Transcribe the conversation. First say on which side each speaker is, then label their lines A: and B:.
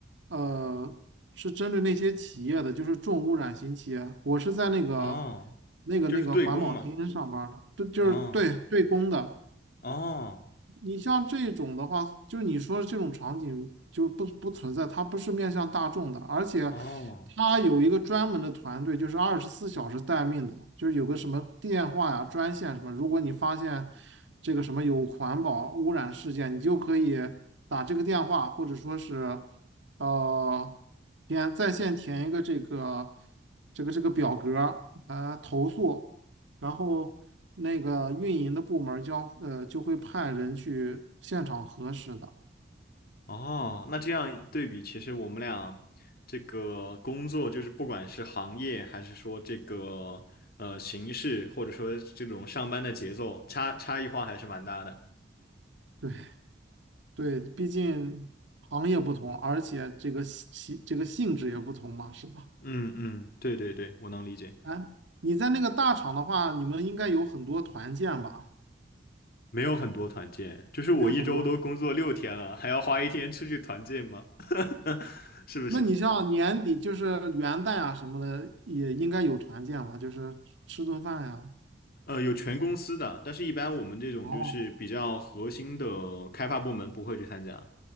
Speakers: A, on the right (about 75°); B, on the left (about 55°).
A: 呃，是针对那些企业的，就是重污染型企业。我是在那个、
B: 哦，
A: 那个、
B: 就是对公嘛。
A: 那个环保厅上班儿的，对，就是对对公的。
B: 哦哦
A: 你像这种的话，就是你说的这种场景就不不存在，它不是面向大众的，而且
B: 哦，
A: 它有一个专门的团队，就是二十四小时待命的，就是有个什么电话呀、专线什么，如果你发现这个什么有环保污染事件，你就可以打这个电话，或者说是呃填在线填一个这个这个这个表格呃投诉。然后那个运营的部门儿将呃就会派人去现场核实的。
B: 哦，那这样对比，其实我们俩这个工作，就是不管是行业，还是说这个呃形式，或者说这种上班的节奏，差差异化还是蛮大的。
A: 对对，毕竟行业不同，而且这个性这个性质也不同嘛，是吧？
B: 嗯嗯，对对对，我能理解。
A: 哎，你在那个大厂的话，你们应该有很多团建吧？
B: 没有很多团建，就是我一周都工作六天了，
A: 没有很多。
B: 还要花一天出去团建吗？<laughs> 是不是？
A: 那你像年底就是元旦啊什么的，也应该有团建吧？就是吃顿饭呀。
B: 呃，有全公司的，但是一般我们这种就是比较核心的开发部门不会去参加，
A: 哦